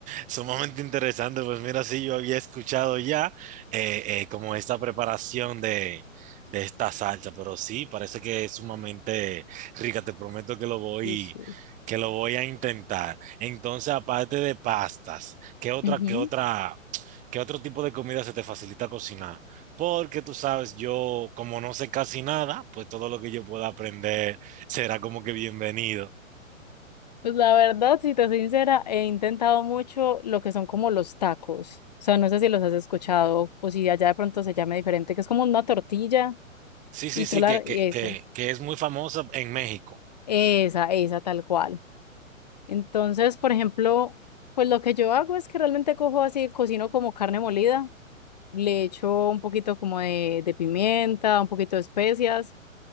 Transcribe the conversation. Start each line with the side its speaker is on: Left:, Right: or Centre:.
Right: Sumamente interesante, pues mira, sí, yo había escuchado ya eh, eh, como esta preparación de, de esta salsa, pero sí, parece que es sumamente rica, te prometo que lo voy,
Left: Sí, sí.
Right: que lo voy a intentar. Entonces, aparte de pastas, ¿qué otra,
Left: Ujú.
Right: qué otra, qué otro tipo de comida se te facilita cocinar? Porque tú sabes, yo como no sé casi nada, pues todo lo que yo pueda aprender será como que bienvenido.
Left: Pues la verdad, si te soy sincera, he intentado mucho lo que son como los tacos. O sea, no sé si los has escuchado o si allá de pronto se llama diferente, que es como una tortilla
Right: Sí, sí,
Left: y
Right: sí,
Left: tú la...
Right: que, que,
Left: y Eso,
Right: que, que es muy famosa en México.
Left: esa, esa tal cual. Entonces, por ejemplo, pues lo que yo hago es que realmente cojo así, cocino como carne molida, le echo un poquito como de, de pimienta, un poquito de especias.